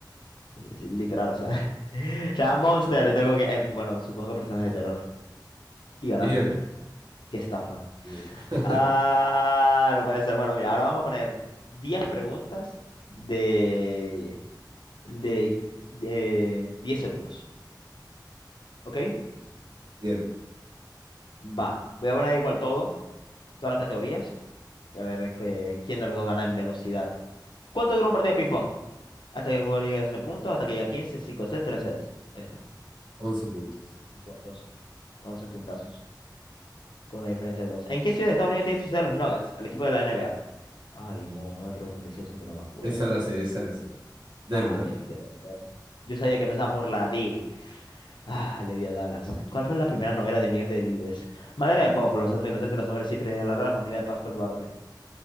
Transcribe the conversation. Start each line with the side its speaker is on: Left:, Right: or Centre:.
Left: Es- es literal, o sea. <laughs> O sea Monster, tengo que. em, bueno, supongo que personajes de terror. Y ganaste.
Right: Bien,
Left: Qué estafa.
Right: bien. <laughs>
Left: Ah, no puede ser. Bueno, mira, ahora vamos a poner 10 preguntas de, de, de 10 segundos. ¿Ok?
Right: Bien,
Left: Va. Voy a poner igual todo, todas las categorías, y a ver que- quién de los dos gana en velocidad. ¿Cuánto dura un partido de ping-pong? Hasta que el jugador llegue a 12 puntos, hasta que llegue a 15, 5 sets, 3 sets. Este.
Right: Once puntos.
Left: Puntos. once puntazos. Con una diferencia de 2. ¿En qué ciudad de Estados Unidos tiene su sede los Nuggets? El equipo de la NBA. Ay, no, no me preguntes eso, que no me acuerdo.
Right: Esa la sé, esa la sé. Denver.
Left: Ay, en Denver. Yo sabía que empezaba por la D. Ah, le di a Dallas. ¿Cuál fue la primera novela de Miguel Delibes? Madre de Boj, Los Santos Inocentes, Los Hombres Siempre de la Rara Familia de Pascual Duarte.